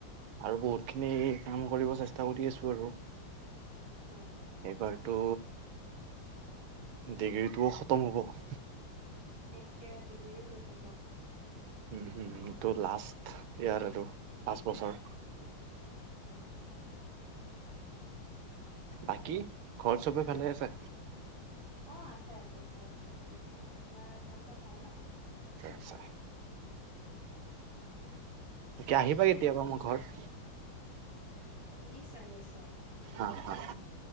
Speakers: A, on the right; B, on the right.
A: আৰু বহুত খিনি কাম কৰিব চেষ্টা কৰি আছো আৰু।
B: হয় হয়
A: এইবাৰতো ডিগ্ৰীটোও খতম হ'ব।
B: নেক্সট ইয়াৰ ডিগ্ৰীও শেষ হ'ব।
A: উম হম টো লাষ্ট ইয়াৰ আৰু পাঁচ বছৰ।
B: উম
A: বাকী
B: বুজিছো।
A: ঘৰত চবে ভালে আছে
B: অ আছে আছে ঘৰত চবৰে ভাল। তোমাৰ তোমালোকৰ ভাল ন?
A: <unintelligible>
B: উম
A: তাকে আহিবা কেতিয়াবা মোৰ ঘৰত।
B: নিশ্চয় নিশ্চয়।
A: হা হা